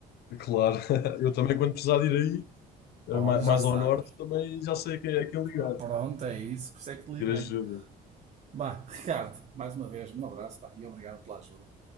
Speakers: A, on the left (about 70°); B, on the right (about 40°).
A: Claro, <laughs> eu também quando precisar de ir aí,
B: Olha,
A: eh, ma-
B: já
A: mais
B: sabes.
A: ao norte, também já sei a quem é quem ligar,
B: Ah, Pronto, é isso, por isso é que te liguei.
A: ter ajuda.
B: Bah, Ricardo, mais uma vez, um abraço, pá, e obrigado pela ajuda.